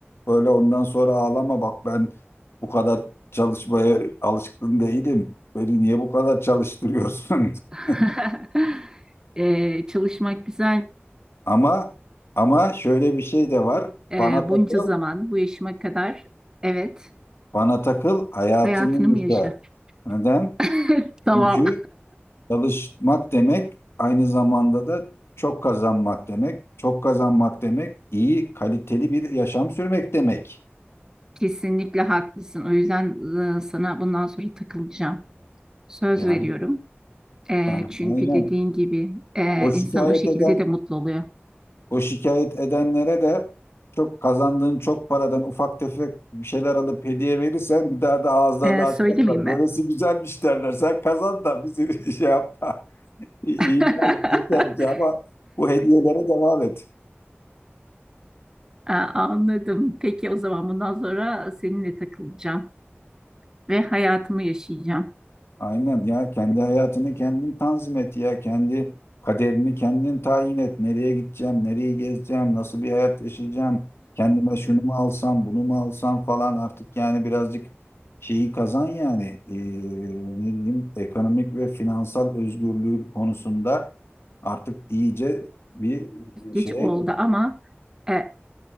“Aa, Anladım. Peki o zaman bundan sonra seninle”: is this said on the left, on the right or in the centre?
Right